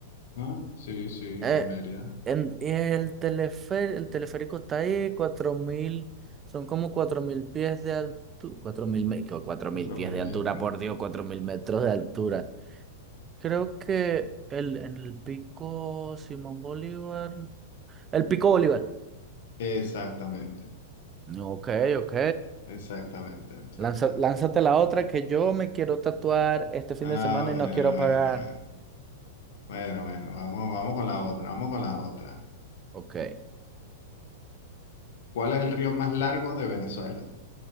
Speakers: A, on the left; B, on the right.
A: Ah, sí, sí, es
B: Eh,
A: en Mérida.
B: en- y el telefer- el teleférico está ahí, 4.000 son como 4.000 pies de altura, cuatro mil me- que 4.000
A: Cuatro
B: pies
A: mil
B: de
A: metros.
B: altura, por Dios, 4.000 metros de altura. Creo que el, en el pico Simón Bolívar, el pico Bolívar.
A: Exactamente,
B: Ok, ok.
A: exactamente, exactamente.
B: Lanza- lánzate la otra que yo me quiero tatuar este fin
A: Ah,
B: de semana
A: bueno,
B: y no quiero
A: bueno,
B: pagar.
A: bueno. Bueno, bueno, vamos, vamos con la otra, vamos con la otra.
B: Ok.
A: ¿Cuál es el río más largo de Venezuela?